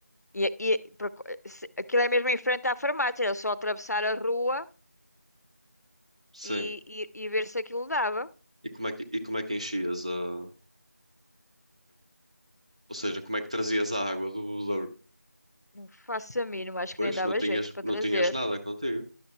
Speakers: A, on the left; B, on the right.
A: E, e por co- se- aquilo é mesmo em frente à farmácia, era só atravessar a rua
B: Sim.
A: e, e, e ver se aquilo dava.
B: E como é que, e como é que enchias a, a- ou seja, como é que trazias a água do bebedouro?
A: Não faço a mínima, acho
B: Pois,
A: que nem dava
B: não tinhas,
A: jeito para
B: não
A: trazer.
B: tinhas nada contigo.